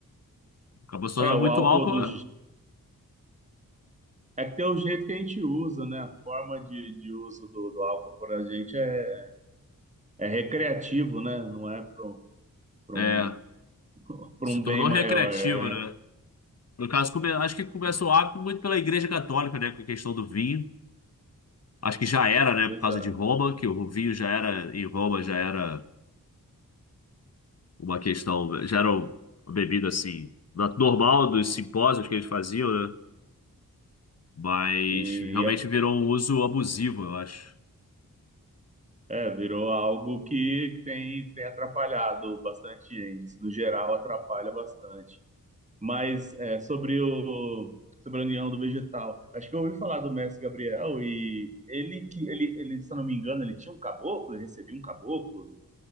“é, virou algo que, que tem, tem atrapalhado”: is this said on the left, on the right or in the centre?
Right